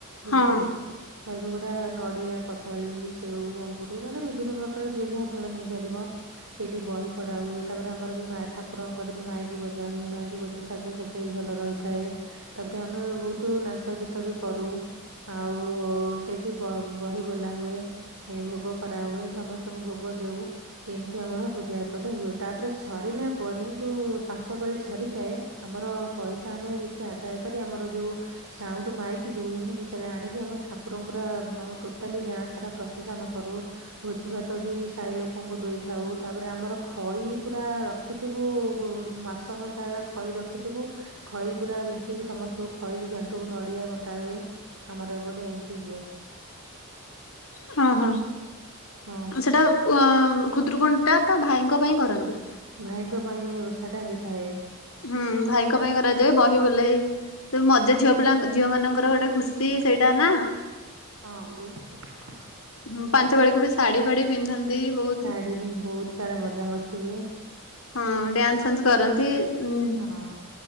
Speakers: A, on the right; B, on the left.
A: ବୁଝିଲେ
B: ହଁ
A: କି। କହି ଭୋଗ ଟା ନଡିଆ କଦଳୀ ସେଉ ଅଙ୍ଗୁର ମାନେ ବିଭିନ୍ନ ପ୍ରକାର ଯିଏ ଯାହା ଫଳ ନେଇପାରିବ ସେଇଠି ବହି ପଢା ହୁଏ, ତାପରେ ଆମର ବି ମାଏ ଠାକ୍ ଠାକୁରଙ୍କ କତିରେ ମାଇକି ବଜା ହୁଏ ମାଇକି ବଜା ସାଜସଜି ବି ଭଲ ରହିଥାଏ। ତାପରେ ଆମେ ବହୁତ ନାଚ ଗୀତ ବି କରୁ। ଆଉ ସେଇଠି ବ ବହି ବୋଲା ହୁଏ। ଏ ଭୋଗ କରାହୁୁଏ ସମସ୍ତଙ୍କୁ ଭୋଗ ଦେଉ। ଏମିତି ଆମର ପୂଜା ଏପଟେ ହୁଏ, ତାପରେ ସରିଲା ପରେ ଯୋଉ ପାଞ୍ଚ ପାଳି ସରିଯାଏ, ଆମର ପଇସା ଆମେ କିଛି ଆଦାୟ କରି ଆମର ଯୋଉ ସାଉଁଟୁ ମାଇକି ଯୋଉ ହେନି କି ସେଟା ଆଣିକି ଆମେ ଠାକୁରଙ୍କୁ ପୁରା ଆମ ଟୋଟାଲି ଗାଁ ସାରା ପ୍ରଶେସନ କରୁ। ଭୋଜି ଭାତ ବି ସାହି ଲୋକଙ୍କୁ ଦେଇଥାଉ, ତାପରେ ଆମର ଖଇ ପୁରା ର ରଖିଥିବୁ ମାସଙ୍କ ସାରା ଖଇ ରଖିଥିବୁ। ଖଇ ପୁରା ବିଞ୍ଚିକି ସମସ୍ତଙ୍କୁ ଖଇ ବି ବାଣ୍ଟୁ ନଡିଆ ବଣ୍ଟା ହୁଏ। ଆମର ଏପଟେ ଏମିତି ହୁଏ।
B: <inaudible> ହଁ ହଁ,
A: ହଁ
B: ସେଇଟା ଖୁଦୁରୁକୁଣିଟା ତ ଭାଇଙ୍କ ପାଇଁ କରନ୍ତି।
A: ଭାଇଙ୍କ ପାଇଁ ଏ ଓଷା ଟା ହୋଇଥାଏ।
B: ହୁଁ ଭାଇଙ୍କ ପାଇଁ କରାଯାଏ। ବହି ବୋଲା ହେଇ ତ ମଜା ଝିଅ ପିଲାଙ୍କ, ଝିଅ ମାନଙ୍କର ଗୋଟେ ଖୁସି ସେଇଟା ନା।
A: ହଁ ବହୁତ୍ ଖୁସି।
B: ହୁଁ ପାଞ୍ଚ ପାଳି କୁ ବି ଶାଢ଼ି ଫାଢି ପିନ୍ଧନ୍ତି ବହୁତ
A: <unintelligible> ବହୁତ ବୋହୁତ ସାରା ମଜାମସ୍ତି ହୁଏ।
B: ହଁ ଡ୍ୟାନ୍ସ ଫ୍ୟାନସ୍ କରନ୍ତି, ଉଁ
A: ହଁ